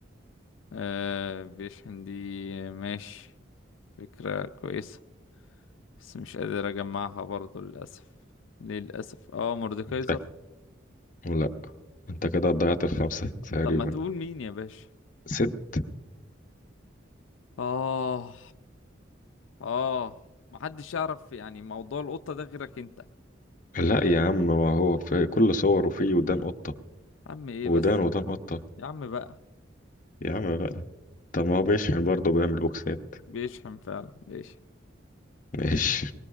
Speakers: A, on the left; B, on the left.
A: أه بيشحن دي ماشي فكرة كويسة بس مش قادر اجمعها برضو للاسف للاسف اه مordekaiser
B: انت لا انت كده ضيعت الخمسة <laughs> تقريبا
A: طب ما تقول مين يا باشا
B: ست
A: اه اه محدش يعرف يعني موضوع القطة ده غيرك انت يا
B: لا يا عم ما هو في كل صوره فيه ودان قطة
A: عم ايه
B: ودان
A: بس
B: ودان قطة
A: يا عم بقى
B: يا عم بقى طب ما هو بيشحن برضه بيعمل بوكسات
A: بيشحم فعلا بيشحم
B: ماشي